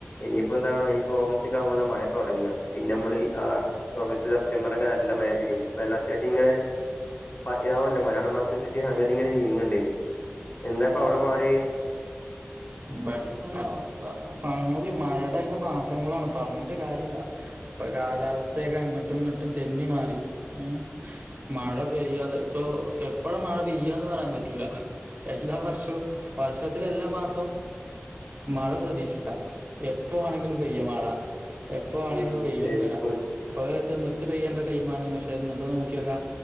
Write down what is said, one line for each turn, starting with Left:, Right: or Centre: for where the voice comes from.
Left: ഇനിയിപ്പോന്താണ് ഇനിപ്പോ ഓഗസ്റ്റൊക്കാകുമ്പള മയ തോടങ്ങാ പിന്നെ മ്മൾആ ഓഗസ്റ്റ് സെപ്റ്റംബറൊക്കെ നല്ല മഴ <unintelligible> അത്യാവശ്യം ങ്ങനെ പ താവല്ലോ മലയാളം മാസം <unintelligible> അങ്ങ് ട്ട് ങ്ങനെ നീങ്ങ് ണ്ട് എന്താപ്പോ അവടെ പാട്
Right: ബടിം തന്നെ അവസ്ഥ സംഗതി മഴേടൊക്കെ മാസങ്ങളാണ് പർഞ്ഞിട്ട് കാര്യല്ല ഇപ്പൊ കാലാവസ്ഥയൊക്കെ അങ്ങോട്ടും ഇങ്ങോട്ടും തെന്നി മാറി ഹ് മഴ പെയ്യാതെ പ്പൊ എപ്പഴ മഴ പെയ്യാന്ന് പറയാൻ പറ്റൂല എല്ലാ വർഷവും വർഷത്തിലെല്ലാമാസ തും മഴ പ്രതീക്ഷിക്ക എപ്പ വാണെങ്കിലും പെയ്യ മഴ എപ്പോ വാണെങ്കിലും
Left: ഉം
Right: വെയിലും
Left: ശരിക്കും
Right: വെരാ ഇപ്പ അത് തിമൃത്ത് പെയ്യണ്ട ടൈമാണ് പക്ഷെ ഇന്ന്ട്ട് നോക്ക്യോക്ക